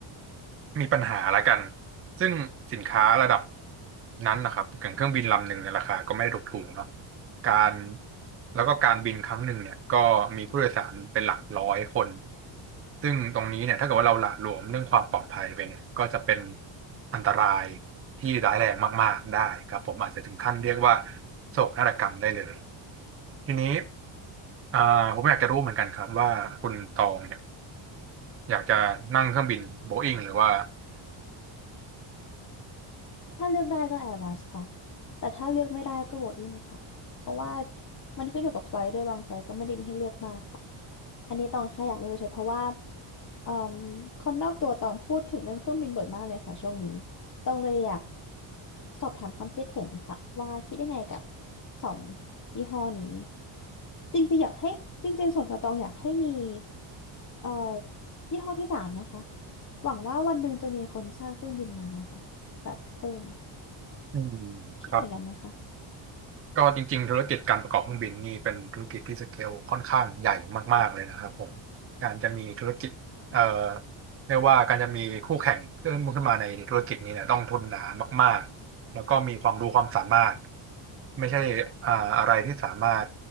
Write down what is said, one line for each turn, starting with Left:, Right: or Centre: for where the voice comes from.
Right: มีปัญหาละกัน ซึ่งสินค้าระดับนั้นนะครับอย่างเครื่องบินลำหนึ่งเนี่ยราคาก็ไม่ได้ถูกๆเนาะการแล้วก็การบินครั้งหนึ่งเนี่ยก็มีผู้โดยสารเป็นหลักร้อยคน ซึ่งตรงนี้เนี่ยถ้าเกิดว่าเราหละหลวมเรื่องความปลอดภัยไปเนี่ยก็จะเป็นอันตรายที่ร้ายแรงมากๆได้ครับผมอาจจะถึงขั้นเรียกว่าโศกนาฏกรรมได้เลยทีนี้อ่าผมอยากจะรู้เหมือนกันครับว่าคุณตองเนี่ยอยากจะนั่งเครื่องบินโบอิ้งหรือว่า
Left: ถ้าเลือกได้ก็แอร์บัสค่ะ แต่ถ้าเลือกไม่ได้ก็โบอิ้งค่ะ เพราะว่ามันขึ้นอยู่กับไฟล์ด้วยบางไฟล์ก็ไม่ได้มีให้เลือกมากค่ะ อันนี้ตองแค่อยากรู้เฉยๆเพราะว่าเอ่มคนรอบตัวตองพูดถึงเรื่องเครื่องบินบ่อยมากเลยค่ะช่วงนี้ ตองเลยอยากสอบถามความคิดเห็นค่ะว่าคิดยังไงกับสองยี่ห้อนี้ จริงๆอยากให้จริงๆส่วนตัวตองอยากให้มีเอ่อยี่ห้อที่สามนะคะหวังว่าวันหนึ่งจะมีคนสร้างเครื่องบินมานะคะแบบเพิ่ม
Right: อืม
Left: คิดเหมือนกันไหมคะ
Right: ครับ ก็จริงๆธุรกิจการประกอบเครื่องบินนี่เป็นธุรกิจที่สเกลค่อนข้างใหญ่มากๆเลยนะครับผมการจะมีธุรกิจเอ่อเรียกว่าการจะมีคู่แข่งขึ้นขึ้นมาในธุรกิจนี้เนี่ยต้องทุนหนามากๆแล้วก็มีความรู้ความสามารถไม่ใช่อ่าอะไรที่สามารถ